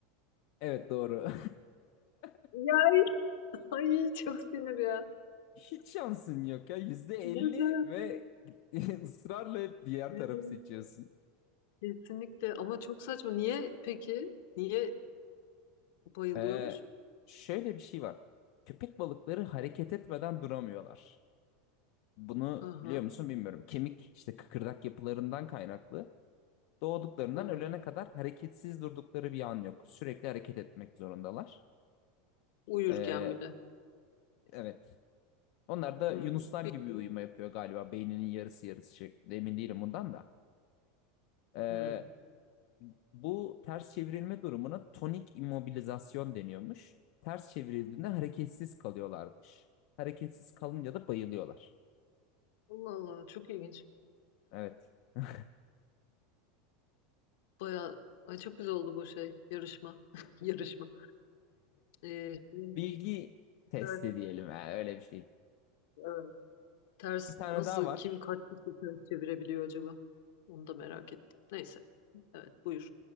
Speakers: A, on the left; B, on the left.
A: Evet doğru. <laughs>
B: Ya ay çok sinir ya.
A: Hiç şansın yok ya. Yüzde elli
B: Ne demek?
A: ve <laughs> ısrarla hep diğer
B: Ne
A: tarafı
B: demek?
A: seçiyorsun.
B: Kesinlikle ama çok saçma. Niye peki? Niye bayılıyormuş?
A: Ee, şöyle bir şey var. Köpek balıkları hareket etmeden duramıyorlar. Bunu
B: Hı hı.
A: biliyor musun bilmiyorum. Kemik işte kıkırdak yapılarından kaynaklı. Doğduklarından
B: Hı.
A: ölene kadar hareketsiz durdukları bir an yok. Sürekli hareket etmek zorundalar.
B: Uyurken
A: Ee,
B: bile.
A: evet. Onlar da
B: Hı.
A: yunuslar
B: Peki.
A: gibi uyuma yapıyor galiba. Beyninin yarısı yarısı şeklinde. Emin değilim bundan da. Ee,
B: Hı.
A: Bu ters çevrilme durumuna tonik immobilizasyon deniyormuş. Ters çevrildiğinde hareketsiz kalıyorlarmış. Hareketsiz kalınca da bayılıyorlar.
B: Allah Allah çok ilginç.
A: Evet. <laughs>
B: Baya ay çok güzel oldu bu şey yarışma. <laughs> Yarışma. Ee, şimdi
A: Bilgi testi
B: ters,
A: diyelim ha, öyle bir şey.
B: evet. Ters
A: Bir tane
B: nasıl
A: daha var.
B: kim kaç kişi ters çevirebiliyor acaba? Onu da merak ettim. Neyse. Evet buyur.